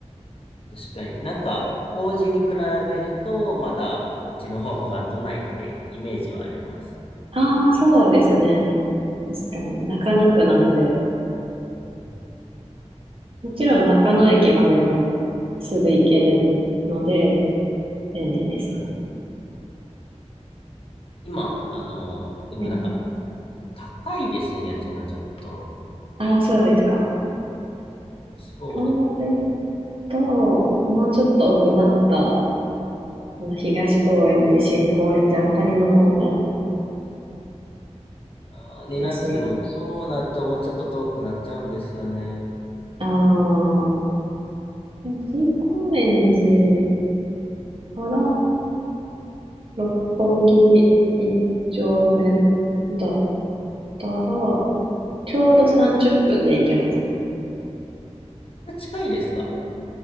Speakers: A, on the left; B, on the right.
A: 確かに。なんか、王子に比べると、まだこっちの方が都内ってイメージはあります。
B: ああ、そうですね。確かに中野区なんで、
A: うん
B: もちろん中野駅までもすぐ行けるので便利ですね。
A: うん今、あの、でもなんか、
B: はい。
A: 高いですね、家賃がちょっと。
B: ああ、そうですか。
A: そう、
B: となると、もうちょっと奥まったあの、東高円寺、新高円寺あたりの方が
A: あーになるとでも、
B: 安い。
A: そうなるともうちょっと遠くなっちゃうんですよね。
B: ああ、でも新高円寺から六本木一丁目だったら、ちょうど30分で行けますね。
A: あ、近いですか